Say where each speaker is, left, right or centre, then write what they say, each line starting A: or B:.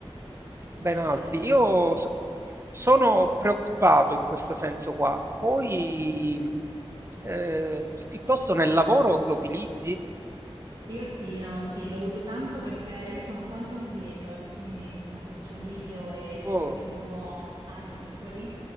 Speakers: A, on the right; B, on the right.
A: ben
B: No, certo.
A: altri. Io so sono preoccupato in questo senso qua. Poi, ehm, tu piuttosto nel lavoro lo utilizzi?
B: Io sì, no, sì, lo uso tanto perché io sono content creator, quindi insomma faccio video e
A: O
B: scrivo articoli.